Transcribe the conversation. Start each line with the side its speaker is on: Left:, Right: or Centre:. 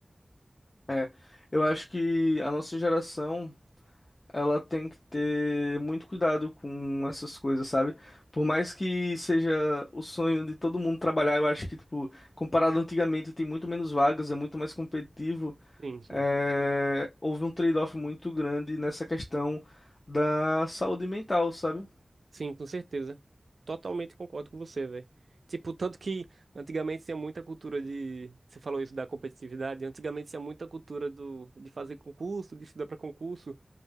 Left: É, eu acho que a nossa geração. Ela tem que ter muito cuidado com essas coisas, sabe? Por mais que seja o sonho de todo mundo trabalhar, eu acho que, tipo, comparado antigamente, tem muito menos vagas, é muito mais competitivo.
Right: Sim, sim.
Left: É, Houve um trade-off muito grande nessa questão da saúde mental, sabe?
Right: Sim, com certeza. Totalmente concordo com você, velho. Tipo, tanto que antigamente tinha muita cultura de. Você falou isso da competitividade. Antigamente tinha muita cultura do... de fazer concurso, de estudar pra concurso.